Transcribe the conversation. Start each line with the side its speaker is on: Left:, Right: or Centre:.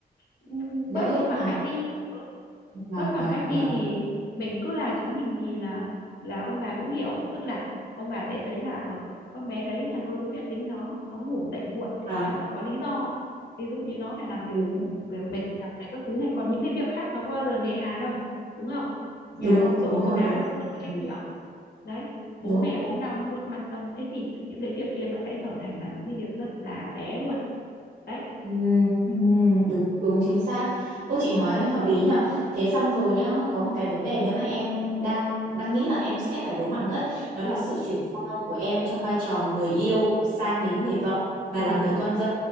Left: ừm,
Right: đỡ
Left: bớt
Right: hơn
Left: cái khoảng
Right: à
Left: cách đi ừ
Right: Vâng
Left: bớt khoảng
Right: vâng
Left: cách đi
Right: vâng
Left: thì mình cứ là chính mình thì là là ông bà cũng hiểu tức là ông bà sẽ thấy là ở con bé đấy nhà tôi tôi biết tính nó nó ngủ dậy muộn
Right: Vâng
Left: thì hẳn là có lý do ví dụ như nó phải làm việc
Right: đúng
Left: việc mệt nhọc này các thứ này còn những cái việc khác nó có bao giờ nề hà đâu đúng không
Right: đúng
Left: nhà
Right: không
Left: có giỗ
Right: đúng rồi
Left: có đám
Right: đúng
Left: nó luôn có trách
Right: đúng,
Left: nhiệm đấy
Right: đúng.
Left: bố mẹ ốm đau nó luôn quan tâm thế thì những cái việc kia nó sẽ trở thành là những cái việc rất là bé luôn đấy
Right: Ừm, ừm,
Left: ừ
Right: đúng đúng chính xác.
Left: ừ
Right: Ô chị nói hợp lý nhở. Thế xong rồi nhá, có một cái vấn đề nữa mà em đang đang nghĩ là em sẽ phải đối mặt nữa ấy. Đó
Left: ừ
Right: là sự chuyển giao của em trong vai trò người yêu sang đến người vợ và
Left: ừ
Right: là người con
Left: ừ.
Right: dâu.